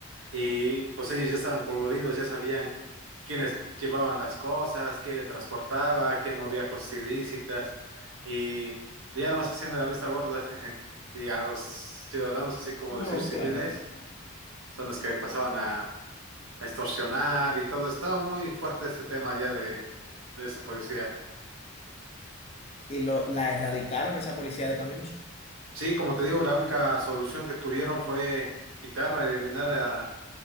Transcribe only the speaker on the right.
y pues ellos ya estaban coludidos, ya sabían quiénes llevaban las cosas, qué transportaba, qué movía cosas ilícitas y ya no más hacían de la vista gorda <laughs> y a los ciudadanos, así como
decir civiles,
son los que pasaban a, a extorsionar y todo. Estaba muy fuerte ese tema ya de, de esa policía.
Sí, como te digo, la única solución que tuvieron fue quitarla, eliminar a-